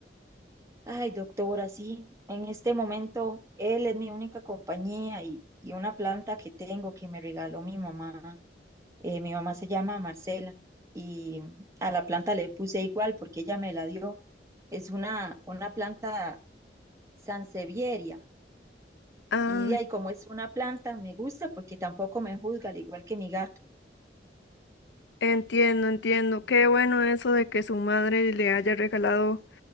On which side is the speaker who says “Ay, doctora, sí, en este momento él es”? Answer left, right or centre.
Right